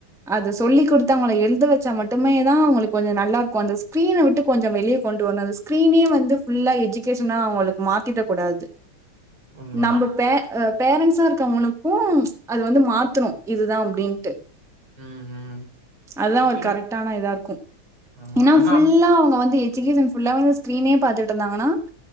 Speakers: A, in the centre; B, on the right.
A: அத சொல்லி் கொடுத்து அவங்களளை எழுத வச்சா மட்டுமே தான் அவங்களுக்கு கொஞ்சம் நல்லா இருக்கும் அந்த ஸ்கிரீன விட்டு கொஞ்சம் வெளியே கொண்டு வரணும் அந்த ஸ்கிரீனே வந்து ஃபுல்லா எஜ்கேஷனா அவங்களுக்கு மாத்திட கூடாது
B: உண்மதான்.
A: நம்ப பே அஹ் பேரண்ட்ஸா இருக்க அவுங்களுக்கும் அது வந்து மாத்தணும் இதுதான் அப்டின்ட்டு
B: ம். ம்
A: அதுதான்
B: இப்ப
A: ஒரு
B: இருக்
A: கரெக்டான இதா இருக்கும்
B: ஆமா.
A: ஏன்னா
B: ஆனா
A: ஃபுல்லா அவங்க வந்து எஜிகேஷன்புல்லா ஸ்கிரீனே பாத்துட்டு இருந்தாங்கன்னா